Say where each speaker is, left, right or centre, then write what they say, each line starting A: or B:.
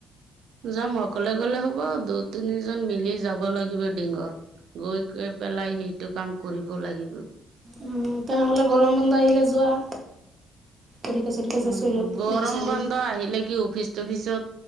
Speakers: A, on the right; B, on the right.
A: যাম অকলে গ'লে হ'ব দুই তিনিজন মিলি যাব লাগিব ডিংগত গৈ গৈ পেলাই সেইটো কাম কৰিব লাগিব।
B: উ, তেনেহ'লে গৰম বন্ধ আহিলে যোৱা। পৰীক্ষা চৰীক্ষা
A: উম
B: চেছ হৈ লওঁক
A: গৰম
B: ল'ৰা ছোৱালী
A: বন্ধ আহিলে কি অফিচ চফিচত